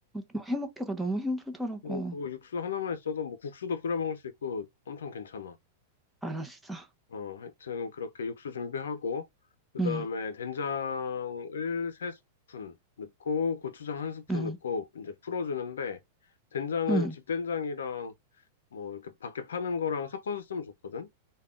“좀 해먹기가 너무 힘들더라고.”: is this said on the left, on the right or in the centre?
Centre